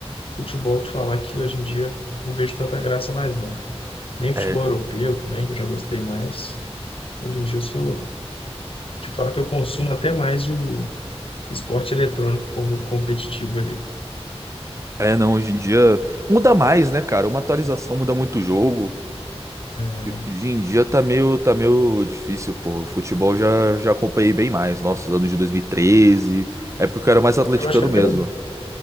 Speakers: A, on the left (about 60°); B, on the right (about 30°).
A: futebol te falar que hoje em dia não vejo tanta graça mais, não. Nem futebol
B: É, é,
A: europeu também, que eu já gostei mais. Hoje em dia eu sou, te falar que eu consumo até mais o esporte eletrônico como competitivo ali.
B: é, não, hoje em dia muda mais, né, cara? Uma atualização muda muito o jogo.
A: É,
B: Hoje em dia tá meio, tá meio difícil, pô. Futebol já, já acompanhei bem mais. Nossa, anos de 2013, época que eu era mais atleticano
A: eu acho que até
B: mesmo.
A: o,